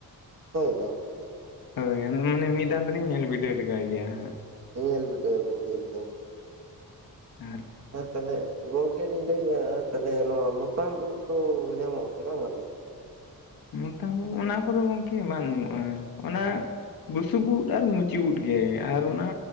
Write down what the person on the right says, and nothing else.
ᱦᱳᱭ ᱵᱟᱝ
ᱧᱮᱞ ᱵᱤᱰᱟ. ᱣ ᱵᱮᱱ ᱞᱟ. ᱭ ᱫᱟ
ᱦᱮᱸ ᱛᱟᱞᱦᱮ ᱜᱚᱝᱠᱮ ᱞᱤᱧ ᱞᱟᱹᱭᱮᱜᱼᱟ ᱛᱟᱞᱦᱮ ᱱᱚᱣᱟ ᱢᱚᱛᱟᱢ ᱩᱫ ᱫᱚ ᱧᱟᱢᱚᱜ ᱟ ᱥᱮ ᱵᱟᱝ ᱟᱯᱮ ᱥᱮᱫ